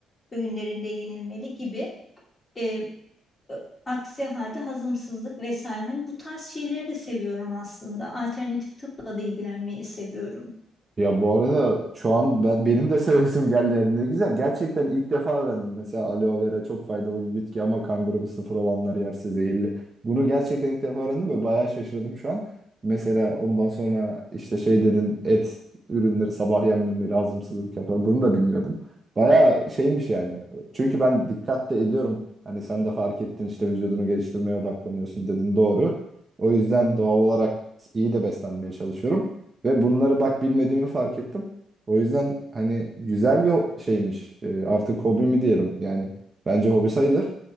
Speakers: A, on the left (about 25°); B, on the right (about 25°).
A: öğünlerinde yenilmeli gibi. E, Aksi halde hazımsızlık vesaire. Hani bu tarz şeyleri de seviyorum aslında. Alternatif tıpla da ilgilenmeyi seviyorum.
B: Ya bu arada şu an ben, benim de <laughs> sevesim geldi yani ne güzel. Gerçekten ilk defa öğrendim. Mesela aloe vera çok faydalı bir bitki ama kan grubu sıfır olanlar yerse zehirli. Bunu gerçekten ilk defa öğrendim ve bayağı şaşırdım şu an. Mesela ondan sonra işte şey dedin et ürünleri sabah yenmemeli hazımsızlık yapar. Bunu da bilmiyordum. Bayağı şeymiş yani. Çünkü ben dikkat de ediyorum. Hani sen de fark ettin işte vücudunu geliştirmeye odaklanıyorsun dedin doğru. O yüzden doğal olarak iyi de beslenmeye çalışıyorum. Ve bunları bak bilmediğimi fark ettim. O yüzden hani güzel bir ho- şeymiş. E, artık hobi mi diyelim? Yani bence hobi sayılır.